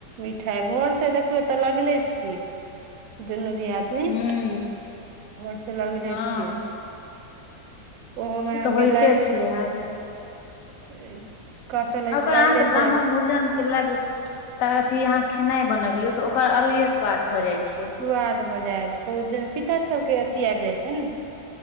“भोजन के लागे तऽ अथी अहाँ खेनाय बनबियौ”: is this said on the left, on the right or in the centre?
Left